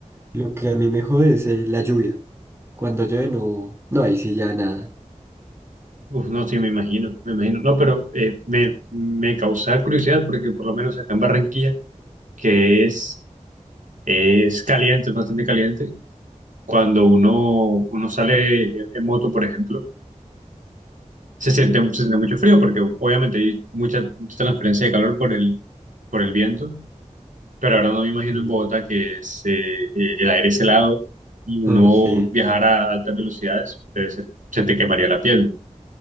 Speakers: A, on the right (about 20°); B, on the right (about 75°).
A: Lo que a mí me jode es eh, la lluvia. Cuando llueve no, no, ahí sí ya nada.
B: uf, no sí, me imagino, me imagino. No, pero eh, me, me causa curiosidad porque por lo menos acá en Barranquilla, que es, es caliente, es bastante caliente, cuando uno, uno sale en en moto, por ejemplo. Se siente, se siente mucho frío porque obviamente hay mucha, mucha transferencia de calor por el, por el viento, pero ahora no me imagino
A: Sí.
B: en Bogotá que se, eh, el aire es helado y uno
A: No, sí.
B: viajar a altas velocidades, debe ser- se te quemaría la piel.